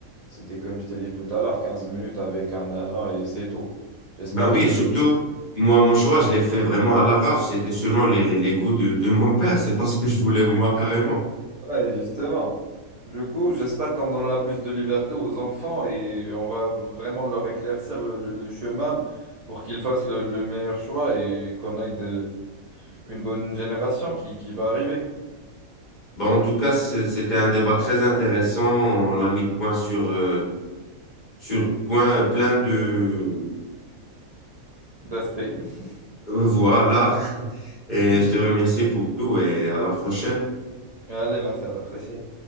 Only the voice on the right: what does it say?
c'était comme je t'ai dit tout à l'heure, 15 minutes avec un agent et c'est tout. J'espère
que
Ouais, justement. Du coup, j'espère qu'on donnera plus de liberté aux enfants et on va vraiment leur éclaircir le, le- le chemin pour qu'ils fassent le, le meilleur choix et qu'on aille de, une bonne génération qui, qui va arriver.
D'aspect,
<laughs> tu veux.
<laughs>
Allez, merci, à la prochaine.